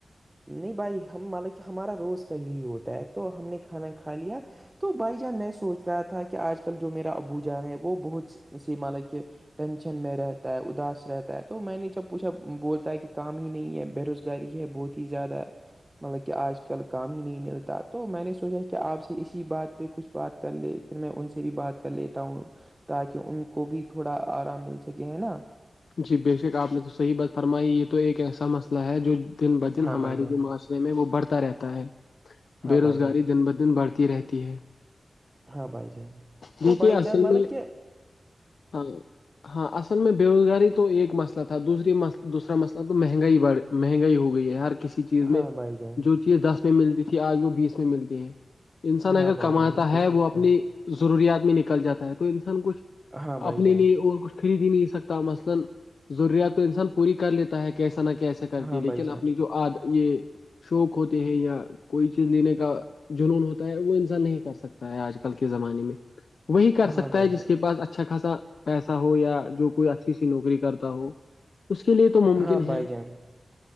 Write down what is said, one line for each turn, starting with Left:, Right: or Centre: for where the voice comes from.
Right: نہیں بھائی ہم ملا کہ ہمارا روز کا یہی ہوتا ہے تو ہم نے کھانا کھا لیا تو بائی جان میں سوچ رہا تھا کہ آج کل جو میرا ابو جان ہے وہ بہت سی م لک کے ٹینشن میں رہتا ہے اداس رہتا ہے تو میں نے جب پوچھا بولتا ہے کہ کام ہی نہیں ہے بے روزگار گھر ہے بہت ہی زیادہ مطلب کہ آج کل کام ہی نہیں ملتا تو میں نے سوچا کیا آپ سے اسی بات پہ کچھ بات کر لے پھر میں ان سے بھی بات کر لیتا ہوں تاکہ ان کو بھی تھوڑا آرام مل سکے ہے نا
Left: جی بے شک آپ نے تو صحیح بات فرمائی یہ تو ایک ایسا مسئلہ ہے جو دن بہدن
Right: ہاں
Left: ہمارے
Right: بھائی جان
Left: جو معاشرے میں وہ بڑھتا رہتا ہے
Right: ہاں
Left: بے روزگاری
Right: بھائی جان
Left: دن بہ دن بڑھتی رہتی ہے
Right: ہاں بھائی جان تو
Left: جیک
Right: بھائی
Left: آصل
Right: جان مطلب کہ
Left: ہاں ہاں اصل میں بےوزگار تو ایک مسئلہ تھا دوسری دوسرا مسئلہ تو مہنگائی بڑ مہنگائی ہو گئی ہے ہر کسی چیز
Right: ہاں
Left: میں
Right: بھائی جان
Left: جو چیز دس میں ملتی تھی آج وہ بیس میں ملتی ہے انسان
Right: ہاں
Left: اگر
Right: بھائی
Left: کماتا
Right: جان بالکل
Left: ہے
Right: صحیح
Left: وہ اپنی
Right: کہا
Left: ضروریات میں نکل جاتا ہے تو انسان کچھ
Right: ہاں بھائی
Left: اپنے
Right: جان
Left: لیے اور کچھ خرید ہی نہیں سکتا مسئلہ ضروریات انسان پوری کر لیتے ہے کیسا نہ کیسا کر
Right: ہاں
Left: کے لیکن
Right: بھائی جان
Left: اپنی جو آد یہ شوق ہوتے ہیں یا کوئی چیز لینے کا جنون ہوتا ہے وہ انسان نہیں کر سکتا ہے آج کل کے زمانے میں وہی کر
Right: ہاں
Left: سکتا
Right: بھائی
Left: ہے
Right: جان
Left: جس کے پاس اچھا خاصا پیسہ ہو یا جو کوئی اچھی سی نوکری کرتا ہو اس کے لیے تو ممکن
Right: ہاں بھائی
Left: ہے
Right: جان